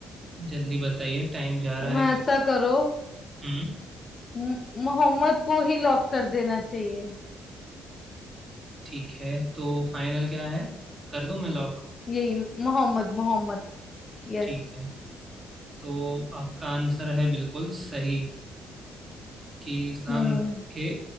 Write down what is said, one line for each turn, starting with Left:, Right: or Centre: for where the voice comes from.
Right: जल्दी बताइए टाइम जा रहा
Left: तो
Right: है
Left: मैं
Right: क्यों
Left: ऐसा करो
Right: हम्म
Left: म- मोहम्मद को ही लॉक कर देना चाहिए
Right: ठीक है तो फाइनल क्या है कर दूं मैं लॉक
Left: यही मोहम्मद मोहम्मद यस
Right: ठीक है तो आपका आंसर है बिल्कुल सही कि इस्लाम
Left: हम्म
Right: धर्म के